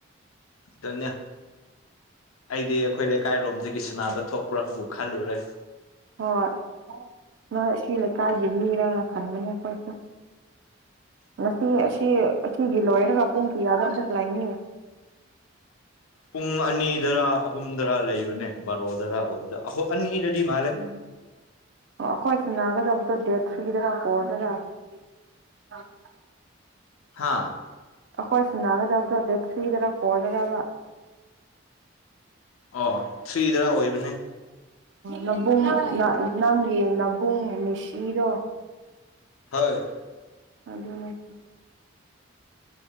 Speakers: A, on the left; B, on the right.
A: ꯑꯗꯨꯅꯦ ꯑꯩꯗꯤ ꯑꯩꯈꯣꯏ ꯂꯩꯀꯥꯏꯔꯣꯝꯗꯒꯤꯁꯨ ꯑꯅꯕ ꯊꯣꯛꯄ꯭ꯔꯕꯨ ꯈꯜꯂꯨꯔꯦ
B: ꯍꯣꯏ ꯅꯣꯏ ꯁꯤ ꯂꯩꯀꯥꯏꯒꯤ ꯃꯤꯔꯅ ꯈꯟꯕꯅꯦ ꯑꯩꯈꯣꯏꯁꯨ ꯉꯁꯤ ꯑꯁꯤ ꯑꯁꯤꯒꯤ ꯂꯣꯏꯔꯒ ꯄꯨꯡ ꯀꯌꯥꯗ ꯑꯈ ꯂꯥꯏꯅꯤꯌꯦ
A: ꯄꯨꯡ ꯑꯅꯤꯗꯔꯥ ꯑꯍꯨꯝꯗꯔꯥ ꯂꯩꯕꯅꯦ ꯕꯥꯔꯣꯗꯔ ꯑꯅꯤꯗꯗꯤ ꯃꯥ
B: ꯑꯣ ꯑꯩꯈꯣꯏ ꯁꯅꯥꯒꯗꯕꯗꯣ ꯗꯦꯠ ꯐꯔꯤꯗꯅ ꯍꯣꯗꯔ <unintelligible>
A: ꯍꯥꯥ
B: ꯑꯩꯈꯣꯏ ꯁꯟꯅꯒꯗꯕꯗꯣ ꯗꯦ ꯊ꯭ꯔꯤꯗꯔ ꯐꯣꯔꯗꯔ
A: ꯑꯣ ꯊ꯭ꯔꯤꯗꯔ ꯑꯣꯏꯕꯅꯦ
B: ꯅꯕꯨꯡ ꯅꯦ ꯅꯕꯨꯡ ꯃꯦꯁꯤꯗꯣ
A: ꯍꯣꯏ
B: ꯑꯗꯨꯅ‌ꯦ <unintelligible>